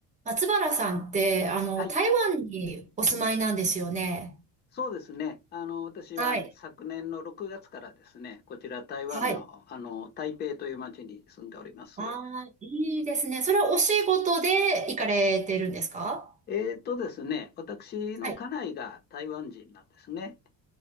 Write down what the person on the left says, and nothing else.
はい、
そうですね。あの、私は昨年の6月からですね、
こちら台湾の、
あの、台北という町に住んでおります。
えーとですね、私の家内が台湾人なんですね。